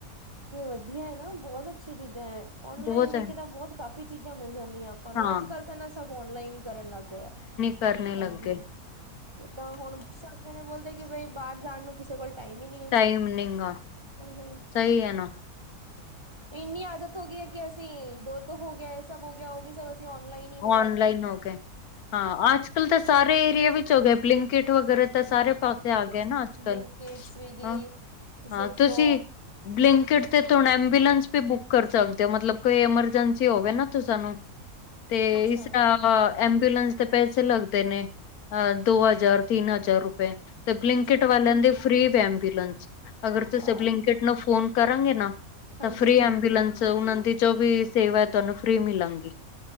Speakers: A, on the right; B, on the left.
A: ਵਧੀਆ ਹੈ ਨਾ, ਬਹੁਤ ਅੱਛੀਆਂ ਚੀਜ਼ਾਂ ਐ, ਔਨਲਾਈਨ
B: ਬਹੁਤ
A: ਦੇਖੇ
B: ਹੈ
A: ਤਾਂ ਬਹੁਤ ਕਾਫ਼ੀ ਚੀਜ਼ਾਂ ਮਿਲ ਜਾਂਦੀਆਂ। ਆਪਾਂ ਨੂੰ
B: ਹਾਂ
A: ਅੱਜ-ਕੱਲ ਤਾਂ ਨਾ ਸਭ ਔਨਲਾਈਨ ਹੀ ਕਰਨ ਲੱਗ ਗਏ ਆ।
B: ਕਰਨੇ ਲਗ
A: ਹਾਂਜੀ।
B: ਗਏ।
A: ਏਦਾਂ ਹੁਣ ਸਾਰੇ ਜਣੇ ਬੋਲਦੇ, ਕਿ ਬਈ ਬਾਹਰ ਜਾਣ ਨੂੰ ਕਿਸੇ ਕੋਲ ਟਾਈਮ ਈ ਨਹੀਂ ਏ।
B: ਟਾਈਮ ਨੀਂ ਗਾ।
A: ਓ ਹੇ
B: ਸਹੀ ਐ ਨਾ।
A: ਇੰਨੀ ਆਦਤ ਹੋ ਗਈ ਏ ਕਿ ਅਸੀਂ ਦੁੱਧ ਹੋ ਗਿਆ, ਇਹ ਸਭ ਹੋ ਗਿਆ, ਉਹ ਵੀ ਸਭ ਅਸੀਂ ਔਨਲਾਈਨ ਹੀ ਮੰਗਵਾਉਂਦੇ
B: ਔਨਲਾਈਨ ਹੋ ਗਏ, ਹਾਂ ਅੱਜ-ਕੱਲ ਤਾਂ ਸਾਰੇ ਏਰੀਏ ਵਿੱਚ ਹੋ ਗਏ, ਬਲਿੰਕਟ ਵਗੈਰਾ ਤਾਂ ਸਾਰੇ
A: ਹਾਂਜੀ
B: ਪਾਸੇ ਆ ਗਏ ਨਾ ਅੱਜ-ਕੱਲ,
A: ਬਲਿੰਕਿਟ ਸਵਿਗੀ
B: ਹਾਂ-ਹਾਂ,
A: ਜ਼ਿਪਟੋ
B: ਤੁਸੀਂ ਬਲਿੰਕਟ ਤੇ ਹੁਣ ਐਬੂਲੈਂਸ ਵੀ ਬੁੱਕ ਕਰ ਸਕਦੇ ਹੋ, ਮਤਲਬ ਕੋਈ ਐਮਰਜੈਂਸੀ ਹੋਵੇ ਨਾ, ਤੁਸੀ ਸਾਨੂੰ ਤੇ
A: ਅੱਛਾ
B: ਇਸ ਨਾ ਹਾਂ ਐਂਬੂਲੈਂਸ ਤੇ ਪੈਸੇ ਲੱਗਦੇ ਨੇ, ਅ ਦੋ ਹਜ਼ਾਰ, ਤਿੰਨ ਹਜ਼ਾਰ ਰੁਪਏ ਬਲਿੰਕਿਟ
A: ਅੱਛਾ
B: ਵਾਲਿਆਂ ਦੇ ਫ੍ਰੀ ਵੇ ਐਬੂਲੈਂਸ, ਅਗਰ ਤੁਸੀਂ
A: ਵਾਹ
B: ਬਲਿੰਕਿਟ ਨੂੰ ਫੋਨ ਕਰੋਗੇ ਨਾ
A: ਹਾਂਜੀ
B: ਤਾਂ ਫਰੀ ਐਂਬੂਲੈਂਸ ਉਹਨਾਂ ਦੀ ਜੋ ਵੀ ਸੇਵਾ ਐ, ਤੁਹਾਨੂੰ ਫ੍ਰਰੀ ਮਿਲਾਂਗੀ।